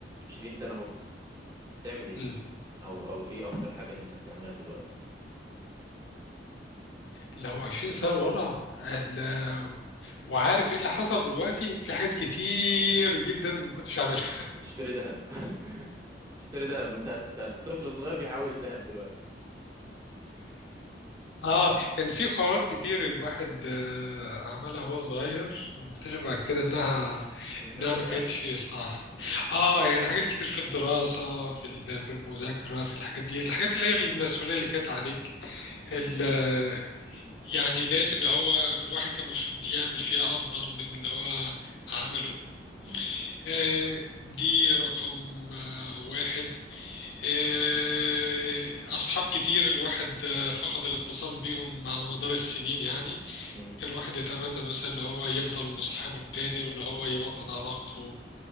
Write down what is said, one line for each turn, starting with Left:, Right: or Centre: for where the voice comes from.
Right: 20 سنه اهو هتعمل ايه
Left: مم.
Right: او او ايه اكتر حاجه نفسك تعملها في الوقت
Left: لو 20 سنه لورا ال- وعارف ايه اللي حصل دلوقتي في حاجات
Right: ده
Left: كتير جدا ما كنتش عاملها
Right: هتشتري ذهب <laughs> تشتري ذهب من ساعة بتاع طفل صغير بيحوش ذهب دلوقتي
Left: اه كان في قرارات كتير الواحد آه، عملها وهو صغير واكتشف بعد كده انها
Right: نفسك
Left: انها
Right: ترجع
Left: ما كانتش
Right: فيه
Left: صح اه يعني حاجات كتير في الدراسة في ال- في المذاكرة في الحاجات دي الحاجات اللي هي المسؤولية اللي كانت عليك ال-
Right: مم.
Left: آه، يعني لقيت اللي هو الواحد كان المفروض يعمل فيها افضل من اللي هو عمله
Right: مم.
Left: آه، دي رقم آه، واحد آه، أصحاب كتير الواحد آه، فقد الاتصال بيهم على مدار السنين يعني
Right: مم.
Left: الواحد يتمنى مثلا اللي هو يفضل مصاحبهم تاني واللي هو يوطد علاقته